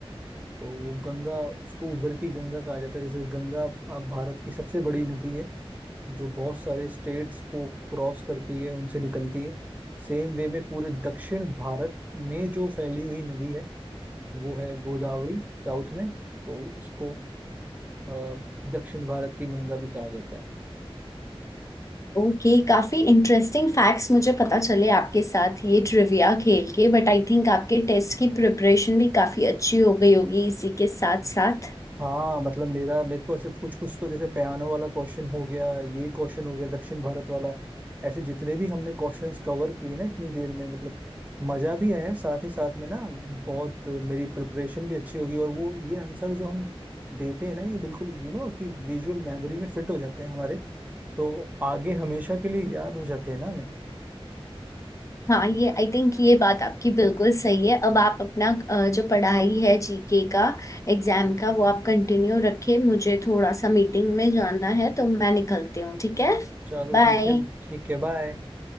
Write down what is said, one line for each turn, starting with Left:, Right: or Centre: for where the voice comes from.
Right: तो वो गंगा उसको उधर की गंगा कहा जाता है जैसे गंगा अ, भारत की सबसे बड़ी नदी है जो बहुत सारे स्टेट्स को क्रॉस करती है उनसे निकलती है सेम वे में पूरे दक्षिण भारत में जो फैली हुई नदी है वो है गोदावरी साउथ में तो उसको अ, दक्षिण भारत की गंगा भी कहा जाता है
Left: ओके काफी इंटरेस्टिंग फैक्ट्स मुझे पता चले आपके साथ ये ट्रिविया खेल के बट आई थिंक आपके टेस्ट की प्रिपरेशन भी काफी अच्छी हो गई होगी इसी के साथ साथ
Right: हाँ मतलब मेरा मेरे को ऐसे कुछ कुछ तो जैसे पियानो वाला क्वेश्चन हो गया ये क्वेश्चन हो गया दक्षिण भारत वाला ऐसे जितने भी हमने क्वेश्चंस कवर किए ना इतनी देर में मतलब मजा भी आया साथ ही साथ में ना बहुत मेरी प्रिपरेशन भी अच्छी होगी और वो ये आंसर जो हम देते हैं ना ये बिल्कुल यू नो कि विजुअल मेमोरी में फिट हो जाते हैं हमारे तो आगे हमेशा के लिए याद हो जाते हैं ना हमें
Left: हाँ ये आई थिंक ये बात आपकी बिल्कुल सही है अब आप अपना अ, जो पढ़ाई है जीके का एग्जाम का वो आप कंटिन्यू रखें मुझे थोड़ा सा मीटिंग में जाना है तो मैं निकलती हूँ ठीक है
Right: चलो
Left: बाय
Right: ठीक है ठीक है बाय